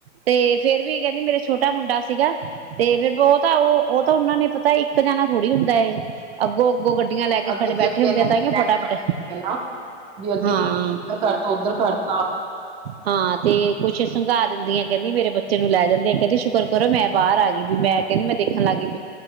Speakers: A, on the right (about 55°); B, on the right (about 15°).
A: ਤੇ ਫੇਰ ਵੀ ਕਹਿੰਦੀ ਮੇਰਾ ਛੋਟਾ ਮੁੰਡਾ ਸੀਗਾ ਤੇ ਫੇਿਰ ਉਹ ਤਾਂ ਉਹ ਤਾਂ ਉਹਨਾਂ ਨੇ ਪਤਾ ਇੱਕ ਜਾਣਾ ਥੋੜ੍ਹੀ ਹੁੰਦਾ ਏ ਅੱਗੋਂ ੱ ਗੱਡੀਆਂ ਲੈ ਕੇ
B: ਅੱਗੇ
A: ਖੜੇ
B: ਦੀ
A: ਬੈਠੇ
B: ਅੱਗੇ
A: ਹੁੰਦੇ
B: ਲੈ
A: ਆ
B: ਕੇ
A: ਤਹੀਓ
B: ਜਾਣੀ
A: ਫਟਾਫਟ
B: ਪੈਂਦੀ ਹੈ ਨਾ। ਜੇ ਅੱਗੇ
A: ਹਾਂ
B: ਦੀ ਇੱਧਰ ਘੱਟ ਉੱਧਰ ਘੱਟ ਤਾਂ
A: ਹਾਂ ਤੇ ਕੁਛ ਸੰਘਾ ਦਿੰਦੀਆਂ ਕਹਿੰਦੀ ਮੇਰੇ ਬੱਚੇ ਬੱਚੇ ਨੂੰ ਲੈ ਜਾਂਦੇ ਆ ਕਹਿੰਦੀ ਸ਼ੁਕਰ ਕਰੋ ਮੈਂ ਬਰ ਆ ਗਈ ਵੀ ਮੈਂ ਕਹਿੰਦੀ ਮੈਂ ਦੇਣ ਲੱਗ ਗਈ